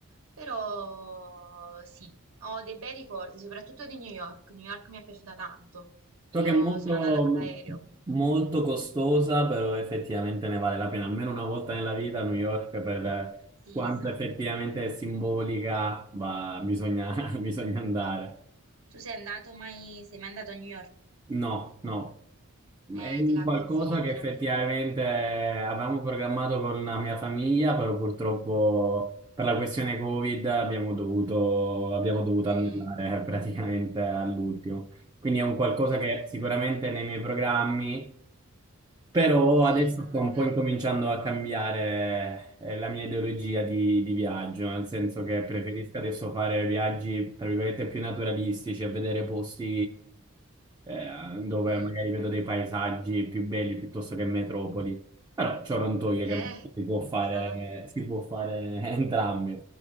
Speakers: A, on the right (about 75°); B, on the right (about 20°).
A: Però sì, ho dei bei ricordi, soprattutto di New York. New York mi è piaciuta tanto.
B: So
A: Io
B: che è molto,
A: sono andata con l'aereo.
B: molto costosa, però effettivamente ne vale la pena, almeno una volta nella vita a New York per
A: Sì,
B: quanto
A: esatto.
B: effettivamente è simbolica, ma bisogna, <laughs> bisogna andare.
A: Tu sei andato mai, sei mai andato a New York?
B: No, no. È
A: Eh,
B: un
A: te la
B: qualcosa
A: consiglio
B: che
A: veramente.
B: effettivamente avevamo programmato con la mia famiglia, però purtroppo per la questione Covid abbiamo dovuto, abbiamo dovuto
A: Mm,
B: annullare <laughs> praticamente all'ultimo. Quindi è un qualcosa
A: No,
B: che
A: eh,
B: sicuramente nei miei programmi, però
A: sì,
B: adesso
A: no,
B: sto
A: è
B: un
A: bello.
B: po' incominciando a cambiare eh, la mia ideologia di, di viaggio, nel senso che preferisco
A: mhm,
B: adesso fare viaggi, tra virgolette, più naturalistici, a vedere posti eh, dove
A: mm.
B: magari vedo dei paesaggi più belli piuttosto che metropoli. Però ciò non toglie che
A: Eh,
B: si può fare,
A: esatto.
B: si può fare <laughs> entrambi.